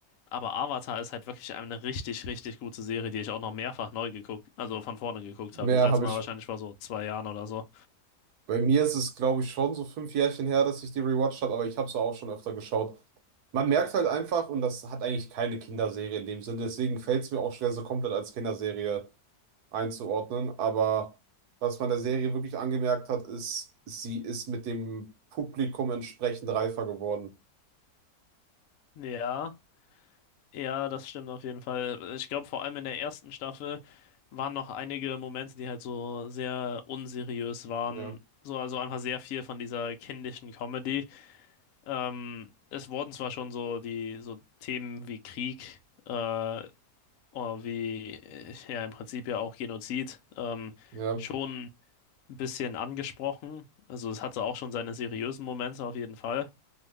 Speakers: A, on the left (about 65°); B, on the right (about 75°).
A: Aber Avatar ist halt wirklich eine richtig, richtig gute Serie, die ich auch noch mehrfach neu geguckt, also von vorne geguckt
B: Mehr
A: habe. Das letzte
B: habe
A: Mal
B: ich.
A: wahrscheinlich vor so zwei Jahren oder so.
B: Bei mir ist es, glaube ich, schon so fünf Jährchen her, dass ich die rewatcht habe, aber ich habe es auch schon öfter geschaut. Man merkt halt einfach, und das hat eigentlich keine Kinderserie in dem Sinne, deswegen fällt es mir auch schwer, so komplett als Kinderserie einzuordnen. Aber was man der Serie wirklich angemerkt hat, ist, sie ist mit dem Publikum entsprechend reifer geworden.
A: Ja. Ja, das stimmt auf jeden Fall. Ich glaube, vor allem in der ersten Staffel waren noch einige Momente, die halt so sehr unseriös waren.
B: Ja,
A: So, also einfach sehr viel von dieser kindischen Comedy. Ähm, es wurden zwar schon so die so Themen wie Krieg, äh, oder wie äh, ja im Prinzip ja auch Genozid, ähm,
B: ja.
A: schon ein bisschen angesprochen. Also es hatte auch schon seine seriösen Momente auf jeden Fall.